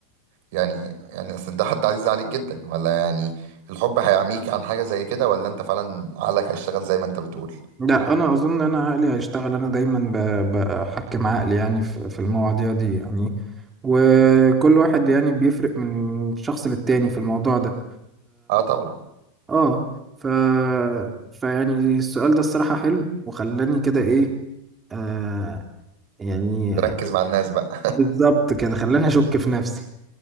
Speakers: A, on the right; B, on the right.
A: يعني يعني اصل ده حد عزيز عليك جدا ولا يعني الحب هيعميك عن حاجه زي كده ولا انت فعلا عقلك هيشتغل زي ما انت بتقول
B: لا انا اظن ان انا عقلي هيشتغل انا دايما ب- بحكم عقلي يعني في في المواضيع دي يعني وكل واحد يعني بيفرق من شخص للتاني في الموضوع ده
A: اه طبعا
B: اه ف فيعني السؤال ده الصراحة حلو وخلاني كده ايه آه يعني
A: تركز
B: آه،
A: مع الناس بقى <laughs>
B: بالظبط كده خلاني اشك في نفسي